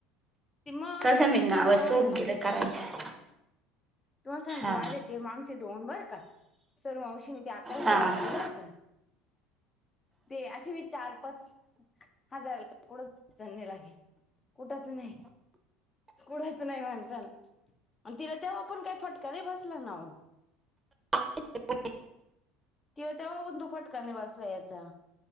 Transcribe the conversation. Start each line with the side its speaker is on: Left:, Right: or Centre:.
Left: ते म
Right: तसं
Left: ते
Right: मी नाव
Left: तिने तेव्हा
Right: सोडून
Left: ही
Right: दिलं
Left: असेच
Right: करायचं
Left: केले तुम्हाला सांगते
Right: हा
Left: माझ्या ते मांगचे दोन बर का. सरुमावशीनी ते अकराशे
Right: हा
Left: घातले बरं का. ते अशे बी चार पाचं हजार कुड चणे लागे कुठच नाही. कुढच नाही म्हणलं नां अन तिला तेव्हा पण काही फटका नाही बसला ना ओ.
Right: <unintelligible>
Left: तिला तेवा पण तो फटका नाही बसला याचा,